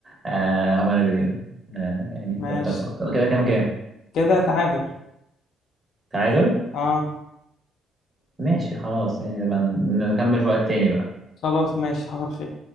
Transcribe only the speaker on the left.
ماشي
كده تعادل
اه
خلاص ماشي حصل خير